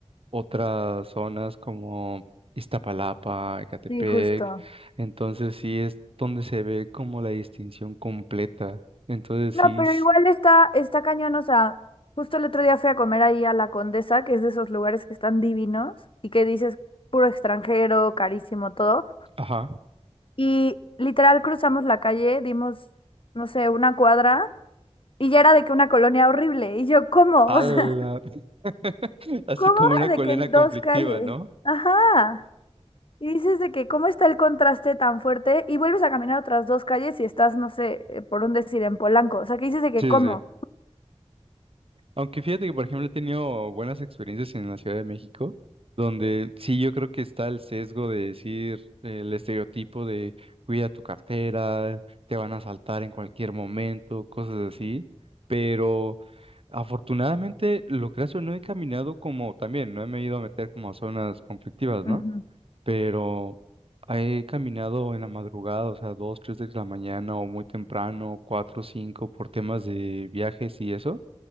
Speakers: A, on the right; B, on the left.
A: otras zonas como Iztapalapa, Ecatepec.
B: sí, justo.
A: Entonces sí es donde se ve como la distinción completa. Entonces
B: No,
A: sí,
B: pero
A: es-
B: igual está, está cañón, o sea, justo el otro día fui a comer ahí a La Condesa, que es de esos lugares que están divinos y que dices puro extranjero, carísimo, todo.
A: ajá.
B: Y literal cruzamos la calle, dimos, no sé, una cuadra y ya era de que una colonia horrible. Y yo, ¿cómo?
A: ala,
B: <laughs> O sea,
A: <laughs> Así
B: ¿cómo
A: como una
B: de
A: colena
B: que en
A: conflictiva,
B: dos calles?
A: ¿no?
B: Ajá. Y dices de que cómo está el contraste tan fuerte y vuelves a caminar otras dos calles y estás, no sé, eh, por un decir, en Polanco. O sea, que dices de que
A: Sí,
B: cómo.
A: sí. sí. Aunque fíjate que, por ejemplo, he tenido buenas experiencias en la Ciudad de México, donde sí yo creo que está el sesgo de decir eh, el estereotipo de cuida tu cartera, te van a asaltar en cualquier momento, cosas así. Pero afortunadamente, lo que hace, no he caminado como también, no me he ido a meter como a zonas conflictivas, ¿no?
B: Ujú,
A: Pero he caminado en la madrugada, o sea, dos, tres de la mañana o muy temprano, cuatro, cinco, por temas de viajes y eso.